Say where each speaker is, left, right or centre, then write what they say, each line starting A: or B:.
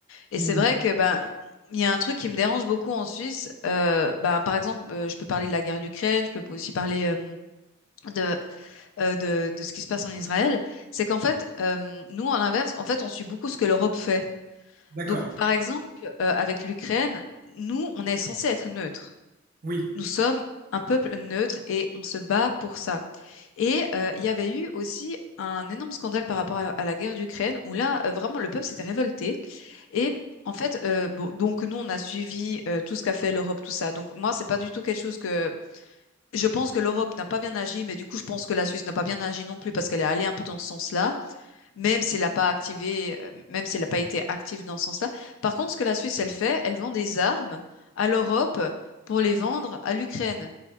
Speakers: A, on the left; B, on the right.
A: Et
B: Hmm.
A: c'est vrai que ben il y a un truc qui me dérange beaucoup en Suisse. Euh, ben par exemple, euh, je peux parler de la guerre d'Ukraine, je peux aussi parler euh, de, euh, de de ce qui se passe en Israël. C'est qu'en fait, euh, nous à l'inverse, en fait, on suit beaucoup ce que l'Europe fait.
B: D'accord.
A: Donc par exemple, euh, avec l'Ukraine, nous on est censé être neutre.
B: Oui.
A: Nous sommes un peuple neutre et on se bat pour ça. Et euh, il y avait eu aussi un énorme scandale par rapport à, à la guerre d'Ukraine où là euh, vraiment le peuple s'était révolté et en fait, euh, bon, donc nous, on a suivi euh, tout ce qu'a fait l'Europe, tout ça. Donc moi, c'est pas du tout quelque chose que je pense que l'Europe n'a pas bien agi, mais du coup, je pense que la Suisse n'a pas bien agi non plus parce qu'elle est allée un peu dans ce sens-là, même si elle n'a pas activé, euh, même si elle n'a pas été active dans ce sens-là. Par contre, ce que la Suisse, elle fait, elle vend des armes à l'Europe pour les vendre à l'Ukraine.